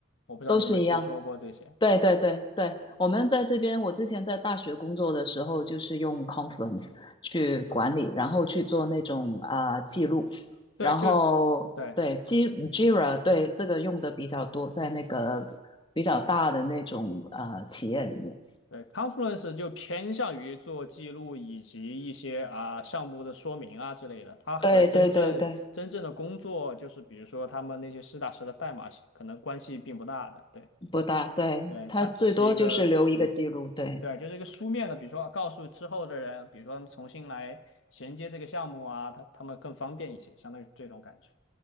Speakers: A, on the left; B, on the left.
A: 我不知道你有没有听说过这些。
B: 都是一样。对对对对，
A: 对
B: 我们在这边，我之前在大学工作的时候，就是用 Confluence 去管理，
A: 啊，
B: 然后去做那种啊、记录，然后对
A: 对，就对
B: G Jira 对这个用的比较多，在那个比较大的那种啊企业里面。
A: 对 c o n f e r e n c e 就偏向于做记录以及一些啊项目的说明啊之类的。它和真正真正的工作，
B: 对对对对，
A: 就是比如说他们那些实打实的代码，可能关系并不大的。对
B: 不大，对，
A: 对，
B: 它最多就是留一个记录。
A: 它只是一个嗯。
B: 对
A: 对，就是一个书面的，比如说告诉之后的人，比如说他们重新来衔接这个项目啊，他他们更方便一些，相当于这种感觉。